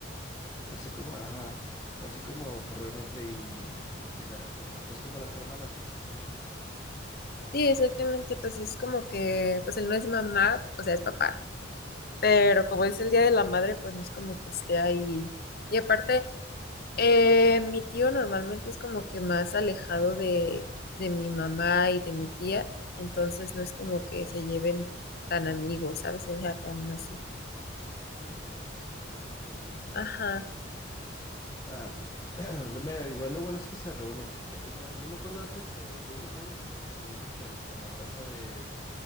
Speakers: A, on the left (about 20°); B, on the left (about 50°).
A: Así como, ajá, así como pues, realmente ir y, y festejar, como, pues como las hermanas que sí son mamás.
B: Sí, exactamente, pues es como que, pues él no es mamá, o sea, es papá, pero como es el Día de la Madre, pues no es como que esté ahí. Y aparte Eh, mi tío normalmente es como que más alejado de, de mi mamá y de mi tía, entonces no es como que se lleven tan amigos, ¿sabes? O sea, tan así.
A: Sí, como que tan cercanos, pues más que
B: Ajá.
A: nada. Ah, pues, <clears throat> lo, mira, igual lo bueno es que se reúnen. Ya- ya- yo me acuerdo antes que el 10 de mayo sí nos reuníamos en, en la casa de,